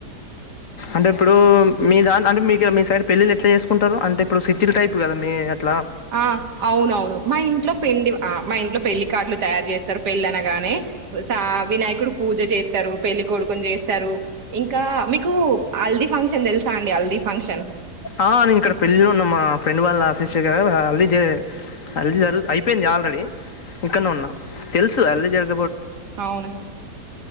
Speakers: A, on the left (about 55°); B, on the right (about 75°).
A: అంటే ఇప్పుడు మిదాన్ అంటే మీకు మీ సైడ్ పెళ్ళిళ్ళ ఎట్లా చేసుకుంటారు అంటే ఇప్పుడు సిటీల్ టైపు కదా మీ అట్లా
B: ఆ అవునవును మా ఇంట్లో పిండి వంట ఆ మా ఇంట్లో పెళ్లికార్డులు తయారు చేస్తారు పెళ్ళి అనగానే సా వినాయకుడు పూజ చేతరు పెళ్లి కొడుకుని చేస్తారు ఇంకా మీకు హల్ది ఫంక్షన్ తెలుసా అండి హల్ది ఫంక్షన్
A: ఆ నేను ఇక్కడ పెళ్ళిలో ఉన్న మా ఫ్రెండ్ వాళ్ళ సిస్టర్ ది గదా వాళ్ళు హల్ది చేయలే హాల్ది జరుగుతా అయిపోయింది ఆల్రెడీ ఇక్కడనే ఉన్నా తెలుసు హాల్ది జరుగ్
B: అవును